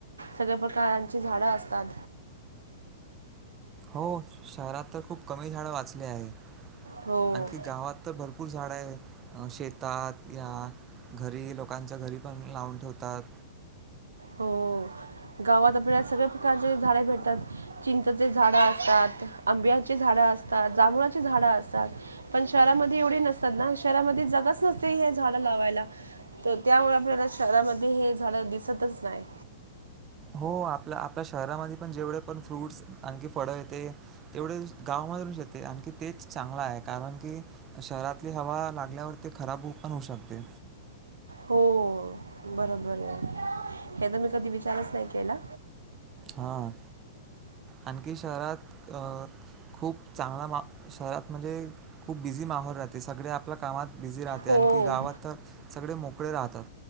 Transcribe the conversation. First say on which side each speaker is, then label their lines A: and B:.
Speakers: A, on the right; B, on the right.
A: सगळ्या प्रकारांची झाडं असतात.
B: हो, शहरात तर खूप कमी झाड वाचले आहे
A: हो
B: आणखी गावात तर भर पूर झाडं आहे. अं शेतात या घरी, लोकांच्या घरी पण लावून ठेवतात.
A: हो. गावात आपल्या सगळ्या प्रकारचे झाडे भेटतात. चिंचाचे झाड असतात, आंब्याची झाडं असतात, जांभुळाची झाडं असतात. पण शहरामध्ये एवढे नसतात ना. शहरामध्ये जगाच नसते हे झाडं लावायला. त त्यामुळे आपल्याला शहरामध्ये हे झाडं दिसतच नाही.
B: हो आपल्या आपल्या शहरामध्ये पण जेवढे पण फ्रूट्स आणखी फळं येते तेवढे गावामधूनच येते. आणखी तेच चांगला आहे. कारण की शहरातली हवा लागल्यावर ते खराब पण होऊ शकते.
A: हो बरोबर आहे. हे तर मी कधी विचारच नाही केला.
B: हा. आणखी शहरात अ खूप चांगला मा शहरात म्हणजे खूप बिझी माहोल राहते. सगळे आ पल्या कामात बिझी राहते.
A: हो
B: आणखी गावात तर सगळे मोकळे राहतात.